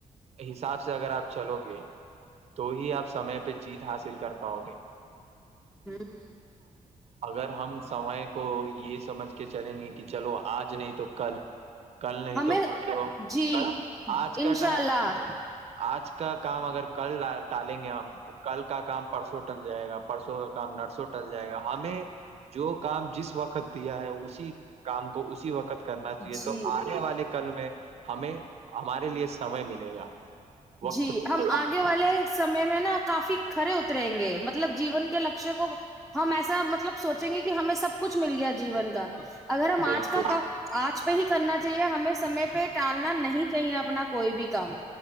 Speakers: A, on the right; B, in the centre.
A: حساب سے اگر آپ چلو گ تو ہی آپ سمے پہ جیت حاصل کر پاؤ گے
B: ہوں
A: اگر ہم سمئے کو یہ سمجھ کے چلیں گے کہ چلو آج نہیں تو کل کل نہیں
B: ہمیں
A: تو پرڑھسو
B: جی
A: کل آج
B: انشاء
A: کا ٹائم
B: اللہ
A: آج کا کام اگر کل ڈا الیں گے ہم تو کل کو کا کام پرسوں ٹل جائے گا پرسوں کا کام نرسوٹ ل جائے گا ہمیں جو کام جس وقت کیا ہے اسی کام کو کو اسی وقت کرنا چاہیے
B: جی
A: تو آنے والے کل میں ہمیں ہمارے لیے سمئے ملے گا وقت
B: جی
A: ملے
B: ہم
A: گا
B: آگے والے سمے میں نا کافی کھڑے اتریں گے مطلب جیون کے لکشیہ کو ہم ایسا مطلب سوچیں گے کہ ہمیں سب کچھ مل گیا جیون کا اگر ہم
A: بالکل
B: آج کا کام آج پہ ہی کرنا چاہیے ہمیں سمے پہ ٹالنا نہیں چاہیے اپنا کوئی بھی کام